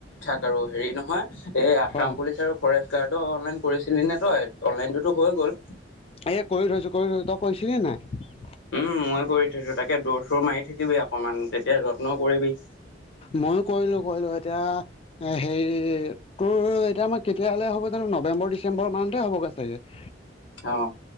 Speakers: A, on the left; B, on the left.
A: কাৰো হেৰি নহয় এই আসাম
B: অঁ
A: পুলিচ আৰু ফৰেষ্ট গাৰ্ডো অনলাইন কৰিছিলি নে তই অনলাইনটোতো হৈ গ'ল
B: এ কৰি থৈছো কৰি থৈছো তই কৈছিলি নাই
A: উম মই কৰি থৈছো তাকে দৌোৰ চোৰ মাৰি থাকিবি অকমান তেতিয়া যত্ন কৰিবি
B: ময়ো কৰিলো কৰিলো এতিয়া এ হেৰি তোৰ এতিয়া মই কেতিয়ালে হ'ব জানো নৱেমৰিচেম্বৰ মানহতে হ'বৈছোগ
A: অ